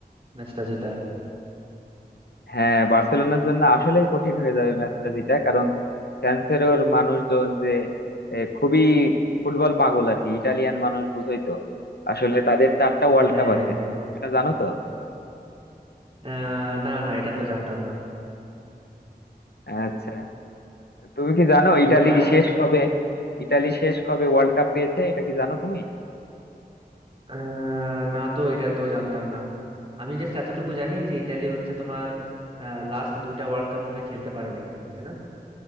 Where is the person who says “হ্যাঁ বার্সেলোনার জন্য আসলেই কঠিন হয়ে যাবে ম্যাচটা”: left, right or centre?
Left